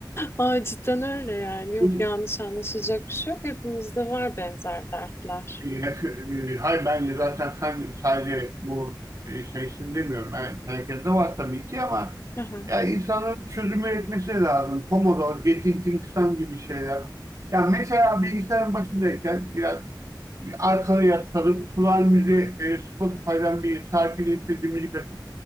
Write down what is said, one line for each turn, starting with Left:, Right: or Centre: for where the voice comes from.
Left: Aa, cidden öyle yani. Yok
Right: bu-
Left: yanlış anlaşılacak bir şey yok. Hepimizde var benzer dertler.
Right: e, e, Hayır ben zaten sen sadece bu e, şeysin demiyorum. Yani Herkeste var tabii ki ama
Left: <laughs>
Right: ya insanın çözüm üretmesi lazım. Pomodoro, Getting Things Done gibi şeyler. Yani mesela bilgisayarın başındayken biraz arkana yaslanıp kulağın müziği e, Spotify'dan bir şarkıyla istediğim müzik açıp